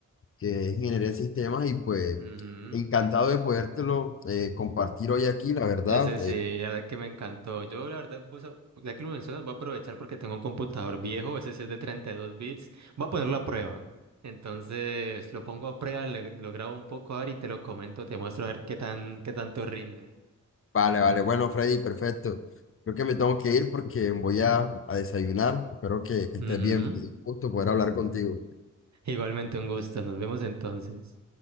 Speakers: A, on the left; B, on the right.
A: que es ingeniería en sistemas y pues
B: ujú.
A: encantado de podértelo eh, compartir hoy aquí, la verdad.
B: Ese sí,
A: Eh,
B: la verdad que me encantó. Yo, la verdad, vos- sab- ya que lo mencionas, voy a aprovechar porque tengo un computador viejo, ese sí es de 32 bits. Voy a ponerlo a prueba. Entonces, lo pongo a prueba, le- lo grabo un poco ahora y te lo comento, te muestro a ver qué tan, qué tanto rinde.
A: vale, vale, bueno, Freddy, perfecto. Creo que me tengo que ir porque voy a, a desayunar. Espero que, que
B: Ujú.
A: estés bien. Fue Un gusto poder hablar contigo.
B: Igualmente un gusto, nos vemos entonces.